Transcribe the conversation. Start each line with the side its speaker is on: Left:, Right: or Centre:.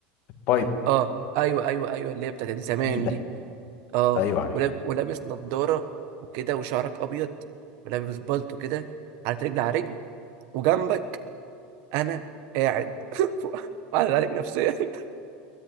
Left: بايب
Right: اه ايوه ايوه ايوه اللي هي بتاعت زمان
Left: بيبة
Right: دي اه
Left: ايوه عارف
Right: ولاب... ولابس نضارة وكده وشعرك أبيض ولابس بالطو كده حاطط رجل على رجل وجنبك أنا قاعد <laughs> وقاعد عليك نفسيا <laughs>